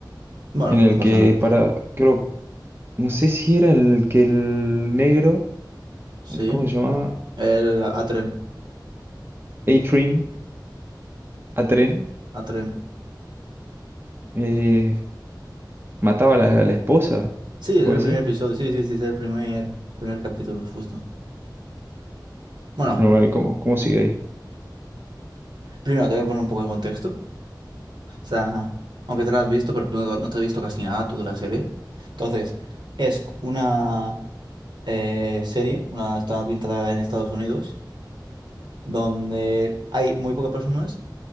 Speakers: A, on the right; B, on the right.
A: Bueno,
B: en el
A: no pasa
B: que
A: nada.
B: para, creo, no sé si era en el que el negro,
A: Sí.
B: el- ¿cómo se llamaba?
A: El Atren.
B: A-Train, A-Tren,
A: Mi- A tren.
B: eh, mataba a la, a la esposa,
A: Sí, es
B: ¿puede
A: el primer
B: ser?
A: episodio. Sí, sí, sí, es el primer, primer capítulo, justo. Bueno,
B: No, bueno, ¿cómo, cómo sigue ahí?
A: primero te voy a poner un poco de contexto. O sea, aunque te lo has visto, pero tú no, no te has visto casi nada tú de la serie. Entonces, es una eh, serie, una está pintada en Estados Unidos, donde hay muy pocas personas